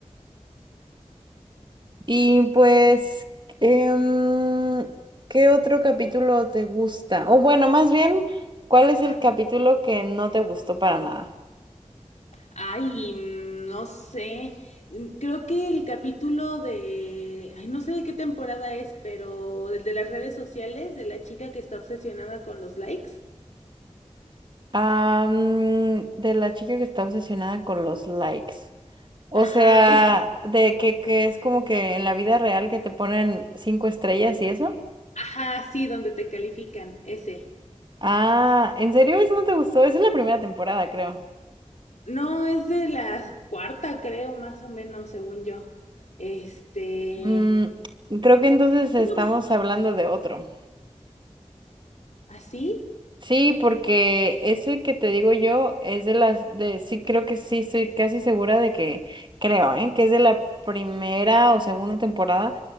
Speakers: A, on the right; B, on the left.
A: Y pues, em, ¿qué otro capítulo te gusta? O bueno, más bien, ¿cuál
B: Ajá.
A: es el capítulo que no te gustó para nada?
B: Ay, no sé. Creo que el capítulo de, ay, no sé de qué temporada es, pero el de las redes sociales, de la chica que está obsesionada con los likes.
A: Ah, mm, de la chica que está obsesionada con los likes. O
B: Ajá,
A: sea,
B: es,
A: de que, que es como que en la vida real que te ponen cinco estrellas y eso.
B: ajá, sí, donde te califican, ese.
A: Ah, ¿en serio eso no te gustó? Esa es la primera temporada, creo.
B: No, es de la cuarta, creo, más o menos, según yo. Este,
A: Mm, creo que entonces estamos
B: sí me gustó.
A: hablando de otro.
B: ¿Así?
A: Sí, porque ese que te digo yo es de las de sí creo que sí estoy casi segura de que creo, ¿eh? que es de la primera o segunda temporada